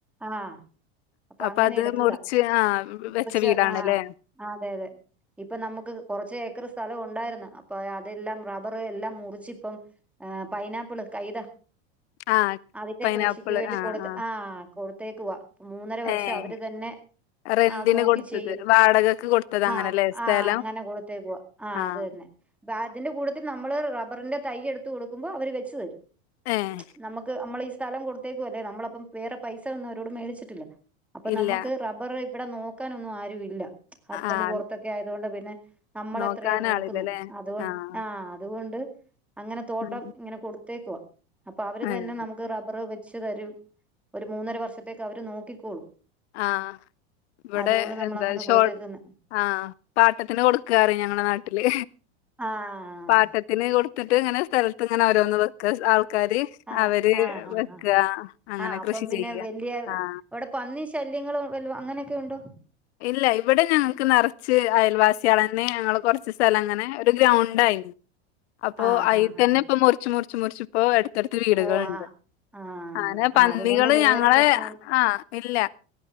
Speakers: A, in the centre; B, on the left.
A: ആ അപ്പമങ്ങനെ
B: അപ്പൊ അത്
A: എടു ത്തീതാ
B: മുറിച്ച് ആഹ്
A: വെച്ച
B: വീടാണല്ലേ
A: ആ അതെയതെ ഇപ്പൊ നമുക്ക്കുറച്ചേ ക്കറ്, സ്ഥ സ്ഥലമുണ്ടായിരുന്നു. അപ്പോ അതെല്ലാം റബ്ബ എല്ലാം മുറിച്ചിപ്പം പൈനാപ്പിള്, കൈത
B: ആഹ്
A: അതിന്റെ
B: പൈനാപ്പിള്
A: കൃഷിക്കു വേണ്ടികൊടുത്ത്
B: ആഹ് ആഹ്
A: ആ.. കൊടുത്തേക്കുവ ഇപ്പം മൂന്നരവർഷമവരുതന്നെ
B: ഏഹ് റെന്റിന്
A: ആ.. അതുനോക്കി
B: കൊടുത്തത്
A: ചെയ്യും.
B: വാടകക്ക് കൊടുത്തത് അങ്ങനെല്ലേ
A: ആ..
B: സ്ഥലം
A: ആ.. അങ്ങനെ കൊടുത്തേക്കുവ ആ..
B: ആഹ്
A: അതുതന്നെ വാർഡിന്റെ കൂട്ടിത്തിത നമ്മള്റബ്ബറിന്റെ തൈയെടുത്ത്, കൊടുക്കുമ്പോ, അവര് വച്ചു തരും.
B: ഏഹ്
A: നമുക്ക്, നമ്മളീസ്ഥി സ്ഥലം കൊടുത്തേക്കുവല്ലേ, നമ്മളപ്പം വേറെ പൈസയൊന്നുമവരോട് മേടിച്ചിട്ടില്ല അപ്പൊ
B: ഇല്ല
A: നമുക്ക് റബുറ് ഇവിടെ നോക്കാനൊന്നും ആരുമില്ല ഹസ്ബൻഡ്
B: ആഹ്
A: പുറത്തൊക്കെ ആയതുകൊണ്ട് വ നെ നമ്മളെത്രയാ
B: നോക്കാനാളില്ലല്ലേ
A: നോക്കുന്നു അതൊ
B: ആഹ്
A: ആ അതുകൊണ്ട് അങ്ങനെ തോട്ടം
B: ഉം
A: ഇങ്ങനെ കൊടു തേക്കുവ അപ്പൊ അവര് തന്നെ
B: ഏഹ്
A: നമുക്ക് റബർ വെച്ച് വെച്ച് തരും ഒരു മൂന്നര വർഷത്തേക്ക് അവര് നോക്കിക്കോളും
B: ആഹ ഇവിടെ
A: അതുകൊണ്ട് നമ്മളങ്ങനെ
B: എന്താഷോ
A: കൊടുത്തേക്കുന്നെ
B: ആഹ പാട്ടത്തിന് കൊടുക്ക ക്കറി ഞങ്ങള നാട്ടില്
A: ആഹ്
B: പാട്ടത്തിന് കൊടുത്തിട്ട് ഇങ്ങനെ സ്ഥലത്ത് ഇങ്ങനെ രോന്ന് വെക്ക ആക്കു ആക്കാര്
A: ആഹ്
B: അവര്
A: ആഹ്
B: വെക്കുക
A: ആഹ് ആഹ്
B: അങ്ങനെ
A: ആഹ് അപ്പം
B: കൃഷി
A: പിന്നെ
B: ചെയ്യ്യ
A: വലിയ
B: ആഹ
A: അവിടെ പന്നി ശല്യങ്ങളോ വല്ലോ അങ്ങനെയൊക്കെ ഉണ്ടോ
B: ഇല്ല ഇവിടെ ഞങ്ങൾക്ക് നിറച്ച് അയൽവാസിയളന്നെ ഞങ്ങൾ കുറച്ച് സ്ഥലം അങ്ങനെ ഒരു ഗ്രൗണ്ട് ആയിരുന്നു അപ്പൊ
A: ആഹ്
B: അയിൽ
A: ഹാ ഹാ
B: തന്നെ
A: ഹാ
B: ഇപ്പൊ മുറിച്ച് മുറിച്ച് മുറിച്ച് പോവ ട്ത്തട്ത്തി വീടുകളുണ്ട്
A: ഓ ആഹ് ആഹ്
B: അങ്ങനെ
A: ആഹ്
B: പന്നികള്
A: അതുകൊണ്ട് വേറെ
B: ഞങ്ങളെ
A: പ്രശ്നം
B: ആ ഇല്ല